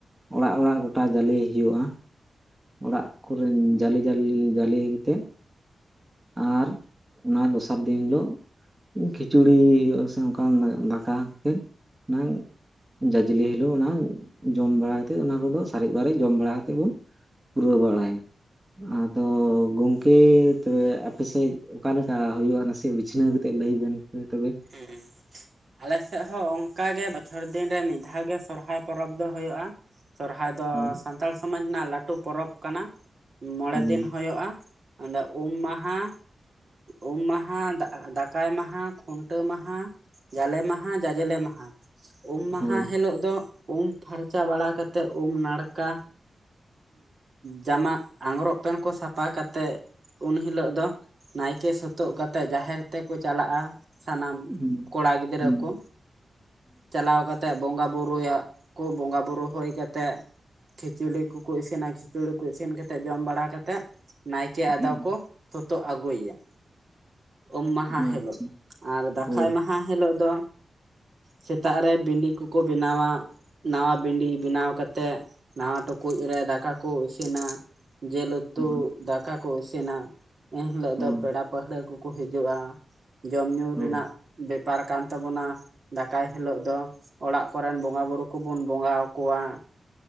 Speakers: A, on the right; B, on the right.
A: ᱚᱲᱟᱜ ᱚᱲᱟᱜ ᱜᱚᱴᱟ ᱡᱟᱞᱮ ᱦᱩᱭᱩᱜᱼᱟ᱾ ᱚᱲᱟᱜ ᱠᱚᱨᱮᱱ ᱡᱟᱞᱮ ᱡᱟᱞᱮ ᱡᱟᱞᱮ ᱠᱚᱛᱮᱫ᱾ ᱟᱨ ᱚᱱᱟ ᱫᱚᱥᱟᱨ ᱫᱤᱱ ᱦᱤᱞᱳᱜ ᱠᱷᱤᱪᱩᱲᱤ ᱦᱩᱭᱩᱜ ᱟᱥᱮ ᱚᱱᱠᱟ ᱫᱟᱠᱟ ᱠᱟᱛᱮᱫ ᱚᱱᱟ ᱡᱟᱡᱽᱞᱮ ᱦᱤᱞᱳᱜ ᱚᱱᱟ ᱡᱚᱢ ᱵᱟᱲᱟ ᱠᱟᱲᱟ ᱠᱟᱛᱮᱜ ᱚᱱᱟ ᱠᱚᱫᱚ ᱥᱟᱨᱮᱡ ᱵᱟᱨᱮᱡ ᱡᱚᱢ ᱵᱟᱲᱟ ᱠᱟᱛᱮᱫ ᱵᱚᱱ ᱯᱩᱨᱟᱹᱣ ᱵᱟᱲᱟᱭᱱᱟ ᱟᱫᱚ ᱜᱚᱝᱠᱮ ᱛᱚᱵᱮ ᱟᱯᱮᱥᱮᱫ ᱚᱠᱟ ᱞᱮᱠᱟ ᱦᱩᱭᱩᱜᱼᱟ ᱱᱟᱥᱮ ᱵᱤᱪᱷᱱᱟᱹᱣ ᱠᱟᱛᱮᱜ ᱞᱟᱹᱭ ᱵᱮᱱ ᱯᱮ ᱛᱚᱵᱮ?
B: ᱦᱮᱸ᱾ ᱟᱞᱮᱥᱮᱫ ᱦᱚᱸ ᱚᱱᱠᱟ ᱜᱮ ᱵᱚᱪᱷᱚᱨ ᱫᱤᱱ ᱨᱮ ᱢᱤᱫ ᱫᱷᱟᱣ ᱜᱮ ᱥᱚᱨᱦᱟᱭ ᱯᱚᱨᱚᱵᱽ ᱫᱚ ᱦᱳᱭᱳᱜᱼᱟ᱾ ᱥᱚᱨᱦᱟᱭ ᱫᱚ
A: ᱦᱳᱭ
B: ᱥᱟᱱᱛᱟᱲ ᱥᱚᱢᱟᱡᱽ ᱨᱮᱱᱟᱜ ᱞᱟᱹᱴᱩ ᱯᱚᱨᱚᱵᱽ ᱠᱟᱱᱟ ᱢᱚᱲᱮ
A: ᱦᱩᱸ
B: ᱫᱤᱱ ᱦᱳᱭᱳᱜᱼᱟ᱾ ᱚᱸᱰᱮ ᱩᱢ ᱢᱟᱦᱟ ᱩᱢ ᱢᱟᱦᱟ ᱫᱟᱠᱟᱭ ᱢᱟᱦᱟ ᱠᱷᱩᱱ ᱢᱟᱦᱟ ᱡᱟᱞᱮ ᱢᱟᱦᱟ ᱡᱟᱡᱞᱮ ᱢᱟᱦᱟ ᱩᱢ ᱢᱟᱦᱟ
A: ᱦᱳᱭ
B: ᱦᱤᱞᱳᱜ ᱫᱚ ᱩᱢ ᱯᱷᱟᱨᱪᱟ ᱵᱟᱲᱟ ᱠᱟᱛᱮᱜ ᱩᱢ ᱱᱟᱲᱠᱟ ᱡᱟᱢᱟ ᱟᱝᱜᱽᱨᱚᱵᱽ ᱯᱮᱱ ᱠᱚ ᱥᱟᱯᱟ ᱠᱟᱛᱮᱜ ᱩᱱ ᱦᱤᱞᱳᱜ ᱫᱚ ᱱᱟᱭᱠᱮ ᱥᱳᱛᱳᱜ ᱠᱟᱛᱮᱜ ᱡᱟᱦᱮᱨ ᱛᱮᱠᱚ ᱪᱟᱞᱟᱜᱼᱟ᱾ ᱥᱟᱱᱟᱢ
A: ᱦᱩᱸ
B: ᱠᱚᱲᱟ ᱜᱤᱫᱽᱨᱟᱹ
A: ᱦᱩᱸ
B: ᱠᱚ ᱪᱟᱞᱟᱣ ᱠᱟ ᱛᱮ ᱵᱚᱸᱜᱟ ᱵᱩᱨᱩᱭᱟ ᱠᱚ ᱵᱚᱸᱜᱟ ᱵᱩᱨᱩ ᱦᱳᱭ ᱠᱟᱛᱮᱜ ᱠᱷᱤᱪᱩᱲᱤ ᱠᱚᱠᱚ ᱤᱥᱤᱱᱟ ᱠᱷᱤᱪᱩᱲᱤ ᱠᱚ ᱤᱥᱤᱱ ᱠᱟᱛᱮᱫ ᱡᱚᱢ ᱵᱟᱲᱟ ᱠᱟᱛᱮᱫ᱾ ᱱᱟᱭᱠᱮ ᱟᱫᱚ
A: ᱦᱩᱸ
B: ᱠᱚ ᱥᱳᱛᱳᱜ ᱟᱹᱜᱩᱭᱮᱭᱟ ᱩᱢ ᱢᱟᱦᱟ ᱦᱤᱞᱳᱜ᱾
A: ᱟᱪᱪᱷᱟ
B: ᱟᱨ ᱫᱟᱠᱟᱭ
A: ᱦᱳᱭ
B: ᱢᱟᱦᱟ ᱦᱤᱞᱳᱜ ᱫᱚ ᱥᱮᱛᱟᱜ ᱨᱮ ᱵᱤᱱᱰᱤ ᱠᱚᱠᱚ ᱵᱮᱱᱟᱣᱟ᱾ ᱱᱟᱣᱟ ᱵᱤᱱᱰᱤ ᱵᱮᱱᱟᱣ ᱠᱟᱛᱮᱫ ᱱᱟᱣᱟ ᱴᱩᱠᱩᱡ ᱨᱮ ᱫᱟᱠᱟ ᱠᱚ ᱤᱥᱤᱱᱟ᱾ ᱡᱮᱞ ᱩᱛᱩ
A: ᱦᱳᱭ
B: ᱫᱟᱠᱟ ᱠᱚ ᱤᱥᱤᱱᱟ ᱮᱱᱦᱤᱞᱚᱜ
A: ᱦᱳᱭ
B: ᱫᱚ ᱯᱮᱲᱟ ᱯᱟᱹᱦᱲᱟᱹ ᱠᱚᱠᱚ ᱦᱤᱡᱩᱜᱼᱟ᱾ ᱡᱚᱢ ᱧᱩ
A: ᱦᱳᱭ
B: ᱨᱮᱱᱟᱜ ᱵᱮᱯᱟᱨ ᱠᱟᱱ ᱛᱟᱵᱚᱱᱟ ᱫᱟᱠᱟᱭ ᱦᱤᱞᱳᱜ ᱫᱚ᱾ ᱚᱲᱟᱜ ᱠᱚᱨᱮᱱ ᱵᱚᱸᱜᱟ ᱵᱩᱨᱩ ᱠᱚᱵᱩᱱ ᱵᱚᱸᱜᱟ ᱟᱠᱚᱣᱟ᱾